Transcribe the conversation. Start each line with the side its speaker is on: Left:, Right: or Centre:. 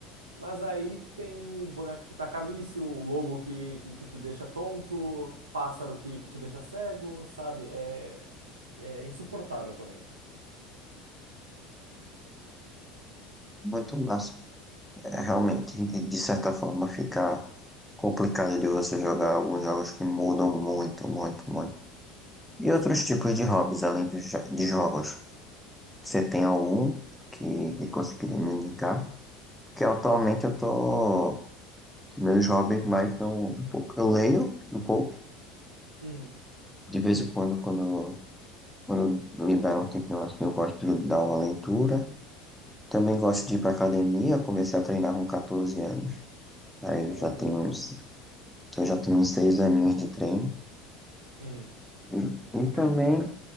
Right: Mas aí tu tem um boneco que taca míssil, o lobo que, que, que te deixa tonto, pássaro que, que te deixa cego, sabe? É, é insuportável atualmente.
Centre: Muito massa. É, realmente, de certa forma, fica complicado de você jogar alguns jogos que mudam muito, muito, muito. E outros
Right: Sim.
Centre: tipos de hobbies, além dos, jo- de jogos. Você tem algum que, que conseguiria me indicar? Porque atualmente eu tô... que Meus hobbies mais são um pouco... Eu leio um pouco.
Right: Uhum.
Centre: De vez em quando, quando, quando me dá um tempinho assim, eu gosto de dar uma leitura. Também gosto de ir pra academia, eu comecei a treinar com 14 anos. Aí
Right: Não
Centre: eu já
Right: é coisa
Centre: tenho
Right: boa.
Centre: uns, então eu já tenho uns 6 aninhos de treino.
Right: Uhum.
Centre: E,
Right: Perfeito.
Centre: e também